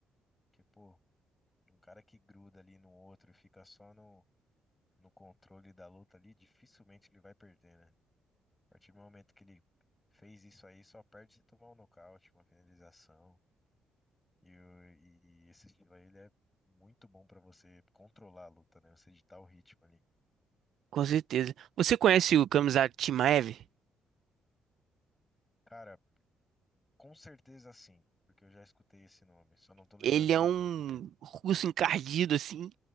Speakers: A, on the left; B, on the right.
A: Porque, pô, um cara que gruda ali no outro e fica só no, no controle da luta ali, dificilmente ele vai perder, né? A partir do momento que ele fez isso aí, só perde se tomar um nocaute, uma finalização. E, o- e e esse estilo aí, ele é muito bom pra você controlar a luta, né? Você ditar o ritmo ali.
B: Com certeza. Você conhece o Kamzat Chimaev?
A: Cara, com certeza sim, porque eu já escutei esse nome, só não tô lembrando
B: Ele é
A: do
B: um
A: rosto dele.
B: russo encardido, assim,